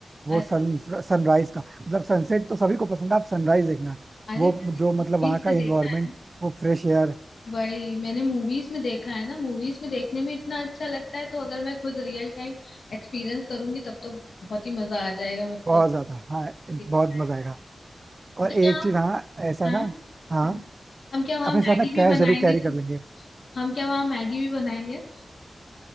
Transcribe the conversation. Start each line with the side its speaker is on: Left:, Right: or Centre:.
Right: वो
Left: अरे
Right: सन सनराइज का मतलब सनसेट तो सभी को पसंद है आप सनराइज देखना
Left: अरे
Right: वो
Left: मैंने
Right: जो
Left: मूवीज
Right: मतलब वहाँ का
Left: में देखा
Right: इन्वायरमेंट
Left: है ना
Right: वो फ्रेश एयर
Left: वही मैंने मूवीज में देखा है ना मूवीज में देखने में इतना अच्छा लगता है तो अगर मैं खुद रियल टाइम एक्सपीरियंस करूंगी तब तो बहुत ही मजा आ जाएगा मतलब
Right: बहुत
Left: बहुत
Right: ज्यादा हाँ बहुत
Left: ही मजा
Right: मजा आएगा और
Left: आएगा। तो क्या
Right: एक
Left: हम
Right: चीज हाँ ऐसा
Left: हाँ
Right: ना हाँ
Left: हाँ, हम क्या वहाँ
Right: अपने
Left: मैगी
Right: साथ ना
Left: भी
Right: कैश
Left: बनाएंगे
Right: जरूर कैरी
Left: खुद
Right: कर लेंगे
Left: हम क्या वहाँ मैगी भी बनाएंगे